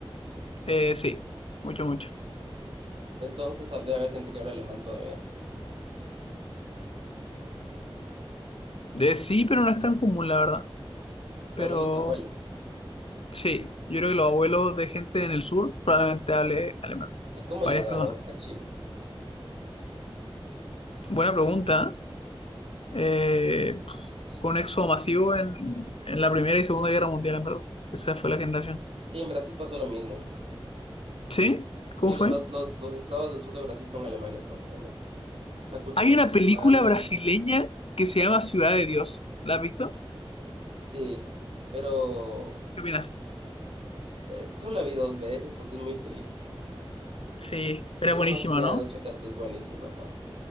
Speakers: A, on the left; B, on the right.
A: Eh, sí, mucho, mucho.
B: Entonces ah, debe haber gente que habla alemán todavía.
A: Eh, sí, pero no es tan común, la verdad.
B: Tal
A: Pero
B: vez los abuelos.
A: sí, yo creo que los abuelos de gente en el sur probablemente hable alemán.
B: ¿Y cómo
A: Varias
B: llegaron
A: personas.
B: a Chile?
A: Buena pregunta. ¿eh? Eh, fue un éxodo masivo en, en la Primera y Segunda Guerra Mundial, en verdad. Esa fue la generación.
B: Sí, en Brasil pasó lo mismo.
A: ¿Sí? ¿Cómo
B: Sí,
A: fue?
B: los, bra- los, los estados del sur de Brasil son alemanes prácticamente. La cultura
A: Hay
B: es
A: una
B: alemana,
A: película brasileña que se llama Ciudad de Dios. ¿La has visto?
B: sí. Pero
A: ¿Qué opinas?
B: Eh, solo la vi dos veces porque es muy triste.
A: Sí, era
B: Es
A: buenísima,
B: demasiado
A: ¿no?
B: chocante, es buenísima, ajá.